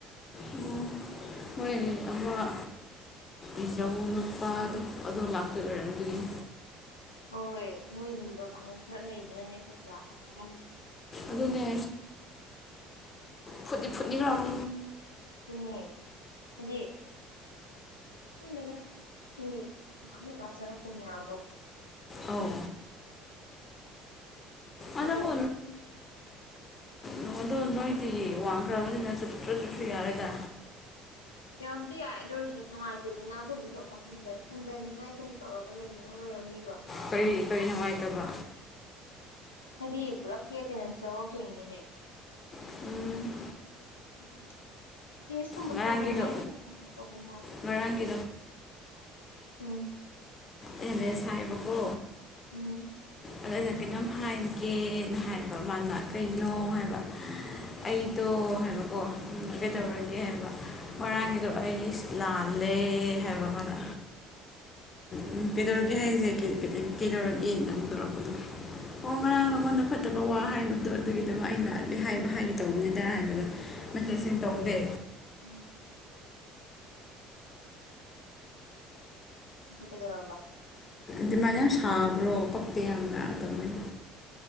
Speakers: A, on the left; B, on the left.
A: ꯑꯣ ꯃꯣꯏ ꯑ ꯏꯤꯖꯧ ꯅꯨꯄꯥꯗꯣ ꯑꯗꯣ ꯂꯥꯛꯇꯣꯏ ꯑꯣꯏꯔꯝꯗꯅꯤ
B: ꯍꯣꯏ ꯍꯣꯏ ꯃꯣꯏꯒꯨꯝꯕ ꯀꯥꯡ ꯈꯔ ꯂꯩꯕꯅꯅꯦ ꯑꯩꯈꯣꯏ ꯀ꯭ꯂꯥꯁ ꯇꯥꯍꯜꯂꯤꯁꯦ
A: ꯑꯗꯨꯅꯦ ꯐꯨꯠꯅꯤ ꯐꯨꯠꯅꯤꯈ꯭ꯔꯕꯨ
B: ꯑꯗꯨꯅꯦ ꯍꯥꯏꯗꯤ ꯍꯗ ꯃꯤ ꯃꯥꯃꯤꯦ ꯄꯥꯁꯖꯔ ꯀꯃ ꯌꯥꯗꯣ
A: ꯑꯥꯎ ꯑꯗꯕꯨ
B: ꯑꯣ
A: ꯅꯣꯏꯗꯣ ꯅꯣꯏꯗꯤ ꯋꯥꯡꯈ꯭ꯔꯕꯅꯤꯅ ꯆ ꯆꯠ ꯆꯠꯁꯨ ꯌꯥꯔꯦꯗ
B: ꯌꯥꯝꯗꯤ ꯌꯥꯏ ꯑꯗꯨ ꯑꯣꯏꯔꯁꯨ ꯅꯨꯡꯉꯥꯏꯇꯦꯗꯅ ꯑꯩꯈꯣꯏꯒꯤꯁꯨ ꯑꯃꯨꯛꯀ ꯍꯟꯊꯩ ꯍꯟꯊꯅꯤꯡꯉꯥꯏꯒꯨꯝ ꯇꯧꯔꯒ ꯂꯩꯅꯤꯡꯉꯥꯏ ꯑꯣꯏꯔꯝꯅꯤꯕ
A: ꯀꯔꯤ ꯀꯔꯤ ꯅꯨꯡꯉꯥꯏꯇꯕ
B: ꯍꯥꯏꯗꯤ ꯄꯨꯂꯞꯀꯤ ꯑꯦꯇꯦꯟꯗꯦꯟꯁ ꯌꯥꯎꯔꯛꯇꯣꯏꯅꯤꯅꯅꯦ
A: ꯎꯝ
B: ꯎꯝ ꯇꯦꯁꯀꯨꯝꯕꯁꯨ
A: ꯉꯔꯥꯡꯒꯤꯗꯣ
B: ꯇꯧꯅꯤꯡꯉꯥꯏꯒꯤꯒꯨꯝꯕ ꯇꯧꯕ ꯃꯥꯜꯂꯤ
A: ꯉꯔꯥꯡꯒꯤ
B: ꯎꯝ
A: ꯑꯦꯃꯦ ꯑꯦꯁꯥꯏꯕꯀꯣ
B: ꯎꯝ
A: ꯑꯗꯣ ꯑꯩꯅ ꯀꯔꯤꯇꯝ ꯍꯥꯏꯒꯦꯅ ꯍꯥꯏꯕ ꯃꯥꯅ ꯀꯩꯅꯣ ꯍꯥꯏꯕ ꯑꯩꯗꯣ ꯍꯥꯏꯕꯀꯣ ꯀꯩꯗꯧꯔꯒꯦ
B: ꯎꯝ
A: ꯍꯥꯏꯕ ꯃꯔꯣꯏꯔꯥꯡꯒꯤꯗꯣ ꯑꯩ ꯂꯥꯜꯂꯦ ꯍꯥꯏꯕ ꯑꯃꯅ ꯎꯝ ꯀꯩꯗꯧꯔꯒꯦ ꯍꯥꯏꯁꯦ ꯀꯩꯗꯧꯔꯒꯦꯗ ꯑꯃꯨ ꯇꯧꯔꯛꯄꯗꯣ ꯑꯣ ꯉꯔꯥꯡ ꯅꯉꯣꯟꯗ ꯐꯠꯇꯕ ꯋꯥ ꯍꯥꯏꯕꯗꯣ ꯑꯗꯨꯒꯤꯗꯨꯃꯛ ꯑꯩ ꯂꯥꯛꯂ ꯍꯥꯏꯕ ꯍꯥꯏꯒꯦ ꯇꯧꯕꯅꯤꯗ ꯍꯥꯏꯕꯗꯣ ꯃꯁꯦꯠꯟ ꯇꯧꯗꯦ
B: ꯎꯝ ꯀꯗꯧꯔꯔꯕꯕꯥ
A: ꯗꯤꯃꯥꯟ ꯌꯥꯝ ꯁꯥꯕ꯭ꯔꯣ ꯄꯛꯇꯦ ꯌꯥꯝꯅ ꯑꯗꯨꯝꯃꯥꯏꯅ